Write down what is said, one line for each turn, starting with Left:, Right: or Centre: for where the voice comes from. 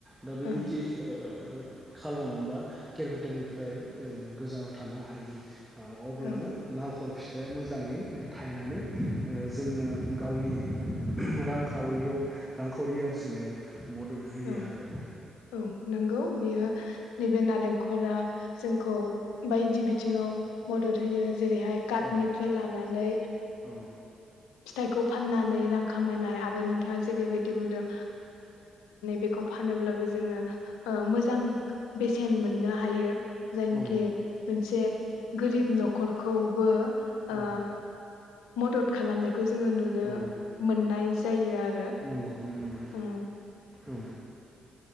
Centre: दा बेबायदि
Left: ओं
Centre: ओ खालामोबा केेरपुटानिफ्रायल ओ गोजानाव थानो हायो ओ अब्लानो
Left: ओं
Centre: नालखर फिथाइा ओ मोजाङै थायनानै जोंनो गावनि रां रांखावरियाव रांखावरि आरजिनायाव मदद होयो
Left: औ
Centre: आरो
Left: औ नंगौ बियो नैबे नालेंखरा जोंखौ बायदि बिथिङाव मदद होयो जेरैहाय काटनिफ्राय
Centre: औ
Left: लानानै
Centre: औ
Left: फिथाइ खौ फाननानै रां खामायनायनि आरो नोंथाङा जेरैबादि बुंदों बेखौ फानोब्ला जोङो मोजां बेसेन मोननो हायो जायनिखि
Centre: औ
Left: मोनसे गोरिब न'खर नखरखौबो ओ
Centre: औ
Left: मदद खालामनायखौ जोङो नुनो
Centre: औ
Left: मोननाय जायो आरो
Centre: नंगौ नंगौ
Left: ओ
Centre: औ